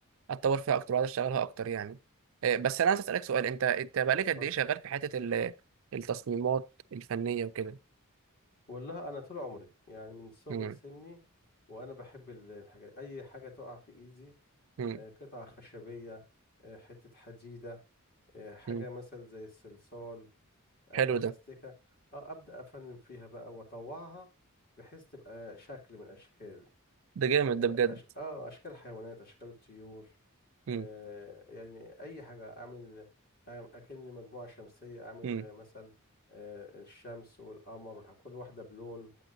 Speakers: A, on the right (about 65°); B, on the left (about 45°).
A: اتطور فيها اكتر وعايز اشتغلها اكتر يعني آه، بس انا عايز اسالك سؤال انت انت بقالك قد
B: اتفضل
A: ايه شغال في حته ال- التصميمات الفنيه وكده
B: والله انا طول عمري يعني من صغر
A: مم،
B: سني وانا بحب ال- الحاجات اي حاجة تقع في ايدي
A: مم،
B: آه، قطعة خشبية آه، حتة حديدة آه، حاجة
A: مم.
B: مثلا زي الصلصال اي
A: حلو
B: بلاستيكه
A: ده
B: اه ابدا افنن فيها بقى واطوعها بحيث تبقى شكل من الاشكال
A: ده جامد
B: اه
A: ده بجد
B: أش- آه، اشكال حيوانات اشكال طيور
A: مم،
B: آه يعني اي حاجه اعمل أعمل- اكن مجموعه شمسيه اعمل
A: مم.
B: مثل آه الشمس والقمر والح- كل واحده بلون